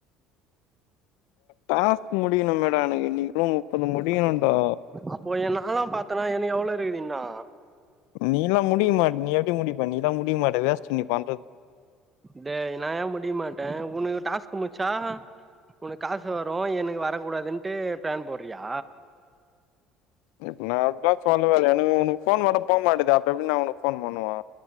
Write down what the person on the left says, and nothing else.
டாஸ்க் முடியணு மேடா எனக்கு இன்னகுள முப்பது முடியணுடா
நீலா முடிக்கமாட்ட நீ எப்டி முடிப்ப நீலா முடிக்கமாட்ட வேஸ்ட் நீ பண்றது
இப்ப நா அப்லா சொல்லவேயில்ல எனக்கு உனக்கு போன் வட்ட போக மாட்டேது அப்ப எப்டி நா ஒனக்கு போன் பண்ணுவே